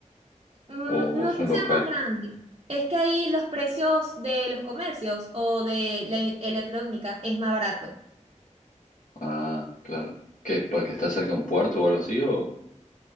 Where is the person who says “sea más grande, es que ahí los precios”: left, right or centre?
Right